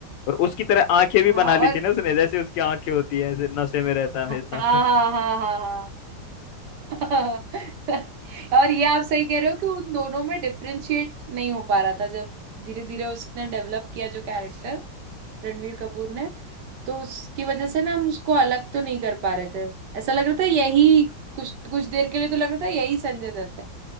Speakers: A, on the left (about 75°); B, on the right (about 70°).
A: और उसकी तरह आंखें भी
B: हाँ
A: बना ली
B: और
A: थी ना उसने जैसे उसकी आंखें होती है ऐसे नशे में रहता है हमेशा
B: हाँ हाँ
A: <laughs>
B: हाँ हाँ हाँ <laughs> और ये आप सही कह रहे हो कि उन दोनों में डिफरेंशिएट नहीं हो पा रहा था जब धीरे धीरे उसने डेवलप किया जो कैरेक्टर रणवीर कपूर ने तो उसकी वजह से ना हम उसको अलग तो नहीं कर पा रहे थे ऐसा लग रहा था यही कुछ कुछ देर के लिए तो लग रहा था यही संजय दत्त है